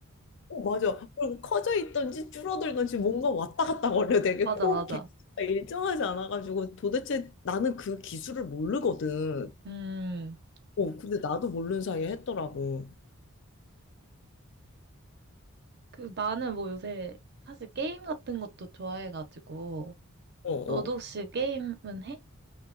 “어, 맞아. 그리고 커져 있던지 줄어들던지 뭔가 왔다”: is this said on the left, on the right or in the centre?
Left